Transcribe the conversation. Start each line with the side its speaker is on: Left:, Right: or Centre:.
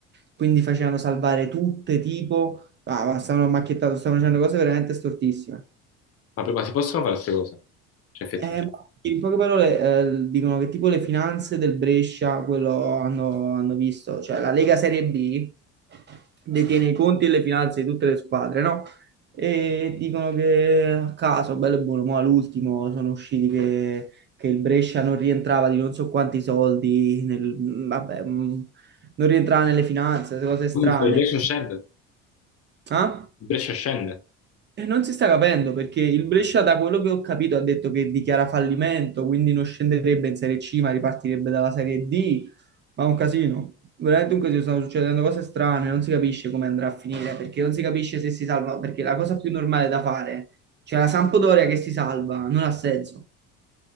Right: quindi facevano salvare tutte, tipo, ah, ma stavano macchiettando, stavano facendo cose veramente stortissime.
Left: Ma, poi- ma si possono fare queste cose? Cioè, effettivamente.
Right: Eh, ma in poche parole, eh, dicono che tipo le finanze del Brescia, quello hanno, hanno visto, cioè la Lega Serie B detiene i conti e le finanze di tutte le squadre, no? E dicono che a caso, bello e buono, ma all'ultimo sono usciti che, che il Brescia non rientrava di non so quanti soldi, nel- vabbè, mh, non rientrava nelle finanze, queste cose
Left: Quindi
Right: strane.
Left: se il Brescia scende, il
Right: Ah?
Left: Brescia scende.
Right: E non si sta capendo perché il Brescia, da quello che ho capito, ha detto che dichiara fallimento, quindi non scenderebbe in Serie C, ma ripartirebbe dalla Serie D. Ma è un casino, veramente un casino. Stanno succedendo cose strane, non si capisce come andrà a finire perché non si capisce se si salva. Perché la cosa più normale da fare, cioè la Sampdoria che si salva, non ha senso